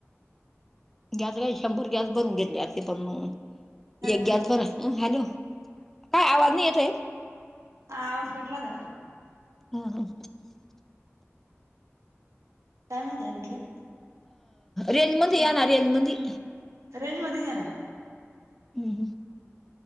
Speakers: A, in the centre; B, on the right.
A: गॅस काय शंभर गॅस भरून घेतले. असे पण
B: हॅलो,
A: एक गॅस बर हॅलो काय आवाज नाही येत आहे
B: हा आवाज कटला होता ना
A: हम् हम
B: काय म्हणतय म्हटलं
A: रेंजमध्ये या ना रेंजमध्ये
B: रेंजमध्ये हे ना
A: हम् हम